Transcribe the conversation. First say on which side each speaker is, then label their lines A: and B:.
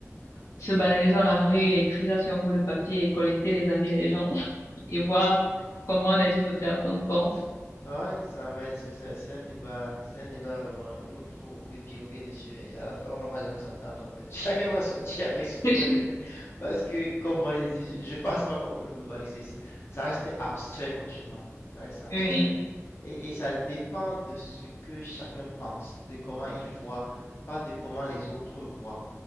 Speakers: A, on the left; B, on the left.
A: se balader dans la rue, et écrire ça sur un bout de papier et collecter les avis des gens <laughs> et voir comment les autres personnes pensent.
B: Ah Ouais, ça va être, c'est c'est un débat, c'est un débat vraiment où il faut beaucoup épiloguer dessus et à la fin on va jamais s'entendre en fait. <laughs> Chacun va sortir avec son point
A: <laughs>
B: de vue parce que comme moi j'ai dit, je, je pense pas qu'on peut le globaliser. Ça, ça reste abstrait franchement, ça reste abstrait
A: Oui,
B: et, et ça dépend de ce que chacun pense, de comment il voit, pas de comment les autres voient.